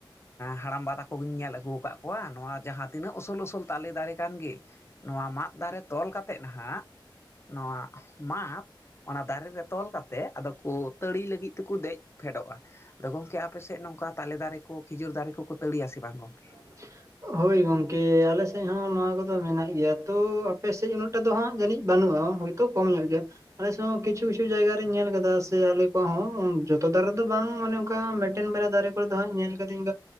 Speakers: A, on the left; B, on the right.
A: ᱦᱟᱲᱟᱢᱵᱟ ᱛᱟ ᱠᱚᱜᱤᱧ ᱧᱮᱞ ᱟᱹᱜᱩ ᱟᱠᱟᱫ ᱠᱚᱣᱟ ᱱᱚᱣᱟ ᱡᱟᱦᱟᱸ ᱛᱤᱱᱟᱹᱜ ᱩᱥᱩᱞ ᱩᱥᱩᱞ ᱛᱟᱞᱮ ᱫᱟᱨᱮ ᱠᱟᱱ ᱜᱮ ᱱᱚᱣᱟ ᱢᱟᱫ ᱫᱟᱨᱮ ᱛᱚᱞ ᱠᱟᱛᱮᱫ ᱱᱟᱦᱟᱜ ᱱᱚᱣᱟ ᱢᱟᱜ ᱚᱱᱟ ᱫᱟᱨᱮ ᱨᱮ ᱛᱚᱞ ᱠᱟᱛᱮ ᱟᱫᱚ ᱠᱚ ᱛᱟᱹᱲᱤ ᱞᱟᱹᱜᱤᱫ ᱛᱮᱠᱚ ᱫᱮᱡ ᱯᱷᱮᱰᱚᱜᱼᱟ ᱟᱫᱚ ᱜᱚᱢᱠᱮ ᱟᱯᱮ ᱥᱮᱫ ᱱᱚᱝᱠᱟ ᱛᱟᱞᱮ ᱫᱟᱨᱮ ᱠᱚ ᱠᱷᱤᱡᱩᱨ ᱫᱟᱨᱮ ᱠᱚᱠᱚ ᱛᱟᱹᱲᱤᱭᱟ ᱥᱮ ᱵᱟᱝ ᱜᱚᱢᱠᱮ
B: <inaudible> ᱦᱳᱭ ᱜᱚᱝᱠᱮ ᱟᱞᱮᱥᱮᱫ ᱦᱚᱸ ᱱᱚᱣᱟ ᱠᱚᱫᱚ ᱢᱮᱱᱟᱜ ᱜᱮᱭᱟ, ᱛᱚ ᱟᱯᱮᱥᱮᱫ ᱩᱱᱟᱹᱜ ᱴᱟᱝ ᱫᱚ ᱦᱟᱸᱜ ᱡᱟᱹᱱᱤᱡ ᱵᱟᱹᱱᱩᱜᱼᱟ᱾ ᱦᱳᱭ- ᱛᱚ ᱠᱚᱢ ᱧᱚᱜ ᱜᱮᱭᱟ, ᱟᱞᱮ ᱥᱮᱫ ᱦᱚᱸ ᱠᱤᱪᱷᱩ ᱠᱤᱪᱷᱩ ᱡᱟᱭᱜᱟ ᱨᱤᱧ ᱧᱮᱞ ᱟᱠᱟᱫᱟ ᱥᱮ ᱟᱞᱮ ᱠᱚᱣᱟᱜ ᱦᱚᱸ ᱡᱚᱛᱚ ᱫᱟᱨᱮᱫᱚ ᱵᱟᱝ ᱢᱟᱱᱮ ᱚᱱᱠᱟ ᱢᱤᱫᱮᱱ ᱵᱮᱲᱟ ᱫᱟᱨᱮ ᱠᱚᱨᱮ ᱫᱚ ᱦᱜ ᱧᱮᱞ ᱠᱟᱫᱤᱧᱝ